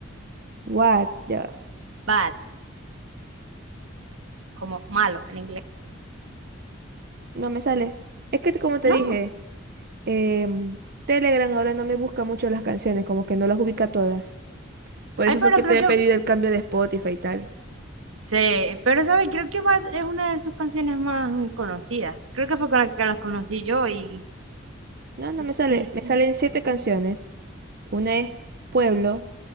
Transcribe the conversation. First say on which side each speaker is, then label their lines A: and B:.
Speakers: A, on the right (about 50°); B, on the right (about 85°).
A: What? Ya. va.
B: Bad, como malo en inglés.
A: No me sale. Es que como te
B: No,
A: dije. em, Telegram ahora no me busca mucho las canciones, como que no las ubica todas. Por
B: ay,
A: eso
B: pero
A: fue que
B: creo
A: te
B: que,
A: he pedido el cambio de Spotify y tal.
B: sí, pero sabes, creo que Bad es una de sus canciones más conocidas. Creo que fue con la que las conocí yo y
A: No, no
B: creo
A: me
B: que
A: sale.
B: sí, es
A: Me
B: como...
A: salen siete canciones. Una es Pueblo,